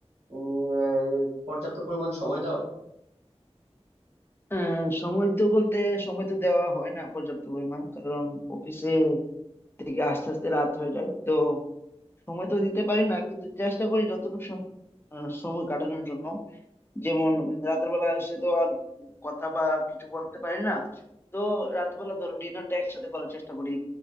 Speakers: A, on the right (about 70°); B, on the left (about 20°).
A: উম আহ, পর্যাপ্ত পরিমাণ সময় দাও
B: আহ, সময় তো বলতে সময় তো দেওয়া হয় না পর্যাপ্ত পরিমাণ কারণ অফিসে থেকে আস্তে আস্তে রাত হয়ে যায় তো সময় তো দিতে পারি না কিন্তু চেষ্টা করি যতটুকু সম- আহ, সময় কাটানোর জন্য যেমন উম, রাতের বেলা এসে তো আর উম, কথা বা কিছু বলতে পারি না তো রাতের বেলা ধরো ডিনারটা একসাথে করার চেষ্টা করি